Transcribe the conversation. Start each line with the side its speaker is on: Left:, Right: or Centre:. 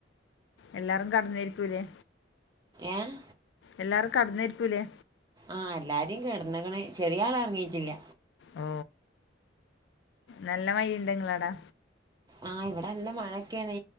Left: എല്ലാരും കടന്നേര്ക്കും ല്ലേ
Right: ഏഹ്
Left: എല്ലാരും കടന്നേര്ക്കുല്ലേ
Right: ആഹ് എല്ലാരും കെടന്ന്ക്ക്ണ് ചെറിയ ആള് ഉറങ്ങീട്ടില്ല.
Left: ഓ നല്ല മയണ്ടോ നിങ്ങളെ അടെ
Right: ആഹ് ഇവിടെ നല്ല മഴൊക്കെയണെ.